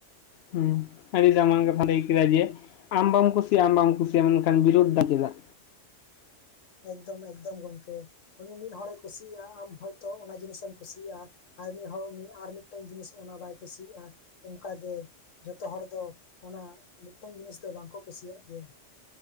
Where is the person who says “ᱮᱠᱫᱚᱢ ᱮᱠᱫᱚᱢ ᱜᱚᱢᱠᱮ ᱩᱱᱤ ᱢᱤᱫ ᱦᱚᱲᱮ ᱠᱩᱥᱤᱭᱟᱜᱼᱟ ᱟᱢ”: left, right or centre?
Left